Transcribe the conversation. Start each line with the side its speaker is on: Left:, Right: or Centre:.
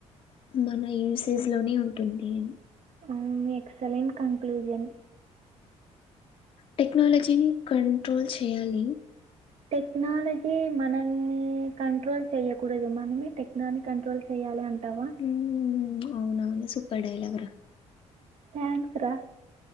Left: మన యూసేజ్ లోనే ఉంటుంది అని
Right: ఉమ్ ఎక్సలెంట్ కంక్లూజన్
Left: టెక్నాలజీని కంట్రోల్ చెయ్యాలి
Right: టెక్నాలజీ మనల్ని కంట్రోల్ చెయకూడదు మనమే టెక్నని కంట్రోల్ చెయ్యాలి అం టవా
Left: హ్మ్. అవునవును సూపర్ డైలాగా
Right: థ్యాంక్స్ రా